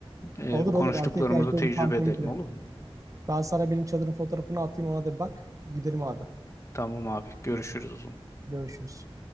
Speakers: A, on the left (about 30°); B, on the right (about 35°).
A: E,
B: Olur
A: bu konuştuklarımızı
B: olur erkek erkeğe
A: tecrübe
B: bir kampa
A: edelim
B: gidelim.
A: olur mu?
B: Ben sana benim çadırın fotoğrafını atayım ona da bir bak. Gidelim abi.
A: Tamam abi. Görüşürüz o zaman.
B: Görüşürüz.